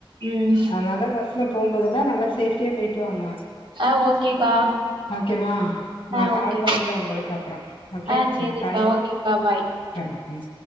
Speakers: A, on the right; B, on the left.
A: ம்
B: அதனால பஸ்ல போகுபோதெல்லா நல்லா சேஃப்டியா போய்ட்டு வாங்க
A: ஆ ஓகேக்கா
B: ஓகேவா நா
A: ஆ
B: கால்
A: ஓகே
B: பண்ற உங்களுக்கு அப்புற ஓகே
A: ஆ சேரிக்கா
B: பாய்
A: ஓகேக்கா ம்
B: பாய் ம்